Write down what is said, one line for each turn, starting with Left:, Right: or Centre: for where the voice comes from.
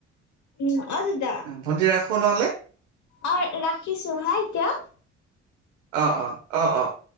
Left: উম, অ' দাদা,
Right: ভন্টি ৰাখো নহ'লে
Left: অ' ৰাখিছোঁ হা এতিয়া।
Right: অ', অ', অ', অ'।